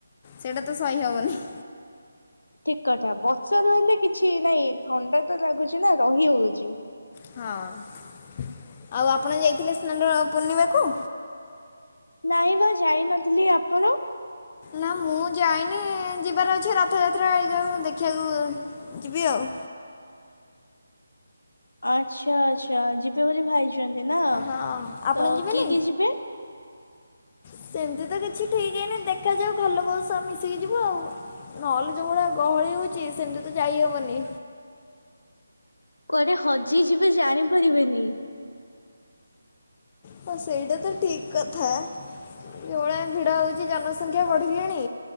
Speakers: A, on the left (about 30°); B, on the left (about 75°).
A: ସେଇଟା ତ ସହି ହବନି।
B: ଠକ୍ କଥା ବର୍ଷା ର ହେଲେ କିଛି ନାଇଁ ଥଣ୍ଡା ତ ଲାଗୁଛି ନା ରହି ହଉଛି।
A: ହଁ- ଆଉ ଆପଣ ଯାଇଥିଲେ ସ୍ନାନ ପୂର୍ଣ୍ଣିମାକୁ?
B: ନାଇଁ ବା ଯାଇ ନଥିଲି ଆପଣ?
A: ନାଁ ମୁଁ ଯାଇନି ଯିବାର ଅଛି ରଥଯାତ୍ରା ହେଇଯାଉ ଦେଖିବାକୁ। ଯିବି ଆଉ।
B: ଆଚ୍ଛା, ଆଚ୍ଛା ଯିବେ ବୋଲି ଭାଇଛନ୍ତି ନା
A: ହଁ ଆପଣ
B: ତ
A: ଯିବେନି?
B: କିଏ କିଏ ଯିବେ?
A: ସେମିତି ତ କିଛି ଠିକ୍ ହେଇନି ଦେଖାଯାଉ ଘର ଲୋକଙ୍କ ସହ ମିଶିକି ଯିବୁ ଆଉ। ନହେଲେ ଯୋଉ ଭଳିଆ ଗହଳି ହଉଛି ସେମିତି ତ ଯାଇହବନି।
B: କୁଆଡେ ହଜିଯିବେ ଜାଣିପାରିବେନି।
A: ହଁ ସେଇଟା ତ ଠି କ୍‌ କଥା। ଯୋଉ ଭଳିଆ ଭିଡ ହେଉଛି ଜନସଂଖ୍ୟା ବଢିଲେଣି।